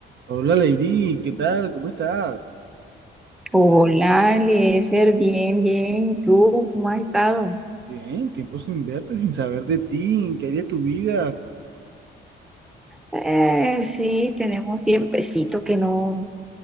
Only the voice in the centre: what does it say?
Hola, Eliezer, bien, bien. ¿Y tú cómo has estado?
Eh, sí, tenemos tiempecito que no,